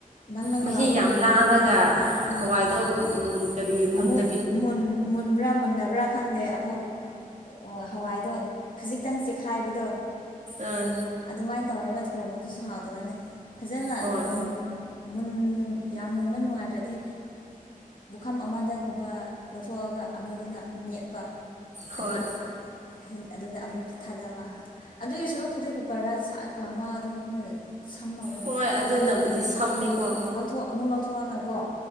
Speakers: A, on the left; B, on the right.
A: ꯅꯪ ꯅꯪ
B: ꯃꯍꯤ
A: ꯂꯥꯎꯗ꯭ꯔꯗꯤ
B: ꯌꯥꯝ ꯂꯥꯡꯔꯒ
A: ꯑꯥ
B: ꯍꯋꯥꯏꯗꯣ ꯎꯝ ꯀꯔꯤ
A: ꯑꯃꯨꯛ
B: ꯃꯨꯟꯗ
A: ꯃꯨꯟ ꯃꯨꯟꯕ꯭ꯔꯥ ꯃꯨꯟꯗꯕ꯭ꯔꯥ ꯈꯪꯗꯦ ꯑꯃꯨꯛ ꯑꯣ ꯍꯋꯥꯏꯗꯣ ꯈꯖꯤꯛꯇꯪ ꯆꯦꯛꯈꯥꯏꯕꯗꯣ
B: ꯑꯥ
A: ꯑꯗꯨꯃꯥꯏ ꯇꯧꯔꯒ ꯊꯣꯡ ꯉꯣ ꯗꯨꯁꯨ ꯍꯥꯎꯇꯕꯅꯦ ꯐꯖꯅ
B: ꯍꯣꯏ
A: ꯃꯨꯟ ꯃꯨꯟ ꯌꯥꯝ ꯃꯨꯟꯕ ꯅꯨꯡꯉꯥꯏꯇ꯭ꯔꯗꯤ ꯕꯨꯈꯝ ꯑꯃꯗꯒꯨꯝꯕ ꯂꯧꯊꯣꯛꯑꯒ ꯑꯃꯗꯨꯅ ꯃꯦꯠꯄ
B: ꯍꯣꯏ
A: ꯑꯗꯨꯒ ꯑꯗꯨꯗ ꯑꯃꯨꯛ ꯊꯥꯗꯕ ꯑꯗꯨꯒꯤ ꯁꯔꯨꯄꯨꯗꯤ ꯀꯨꯀꯔꯗ ꯁꯠ ꯀꯥꯃ ꯑꯗꯨꯅ ꯁꯝꯃꯕꯅꯦ
B: ꯍꯣꯏ ꯑꯗꯨꯅꯕꯨꯗꯤ
A: ꯑꯗꯨꯒ
B: ꯁꯝꯃꯦꯀꯣ
A: ꯂꯧ ꯍꯣ ꯑꯃꯨꯛ ꯂꯧꯊꯣꯛꯑꯒ ꯀꯣ